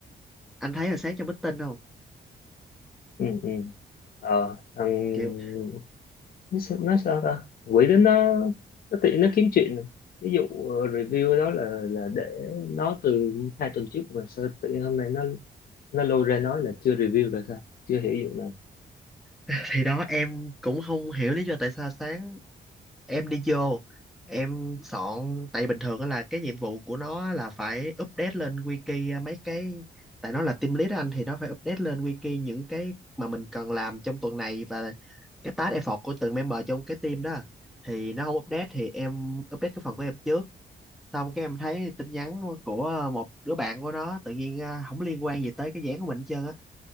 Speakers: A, in the centre; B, on the left.
A: anh thấy là sáng trong meeting không?
B: Ừ, ừ. Ờ, thằng...
A: Kiểu
B: Nó sao, nó sao ta? Quỷ đó nó, nó tự nó kiếm chuyện. này. Ví dụ ờ, review đó là là để nó từ hai tuần trước mà sao tự nhiên hôm nay nó nó lôi ra nói là chưa review là sao? Chưa hiểu vụ này.
A: <laughs> thì đó em cũng không hiểu lý do tại sao sáng em đi vô em soạn tại bình thường á là cái nhiệm vụ của nó là phải update lên wiki ờ, mấy cái tại nó là team lead anh thì nó phải update lên wiki những cái mà mình cần làm trong tuần này và cái task effort của từng member trong cái team đó thì nó không update thì em update cái phần của em trước xong cái em thấy tin nhắn của một đứa bạn của nó tự nhiên à, không liên quan gì tới cái dự án của mình hết trơn á